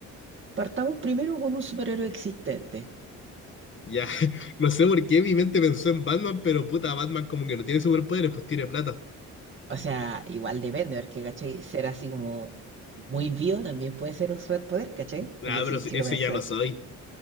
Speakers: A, on the right; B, on the left.
A: Partamos primero con un superhéroe existente.
B: Ya, <laughs> no sé por qué mi mente pensó en Batman, pero puta, Batman como que no tiene superpoderes, pues tiene plata.
A: O sea, igual depende, porque, cachai, ser así como muy vivo también puede ser un superpoder, cachai,
B: Ah,
A: que
B: pero
A: si,
B: si-
A: si
B: ese
A: lo pensáis.
B: ya lo soy.